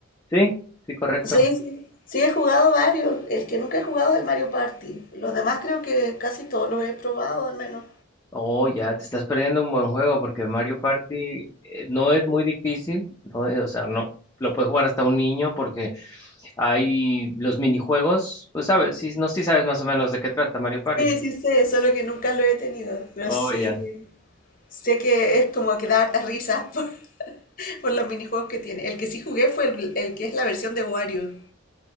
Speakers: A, on the left; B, on the left.
A: Sí, sí, correcto.
B: Sí, sí, sí, he jugado varios. El que nunca he jugado es el Mario Party. Los demás creo que casi todos los he probado, al menos.
A: Oh, ya te estás perdiendo un buen juego porque Mario Party eh, no es muy difícil, no es- o sea, no lo puede jugar hasta un niño porque hay los minijuegos, pues sabes, sí, no sé si sabes más o menos de qué trata Mario Party.
B: Sí, sí sé, solo que nunca lo he tenido. Pero
A: Oh,
B: sí,
A: ya.
B: sé que es como que da hartas risas por, <laughs> por los minijuegos que tiene. El que sí jugué fue el, el que es la versión de Wario.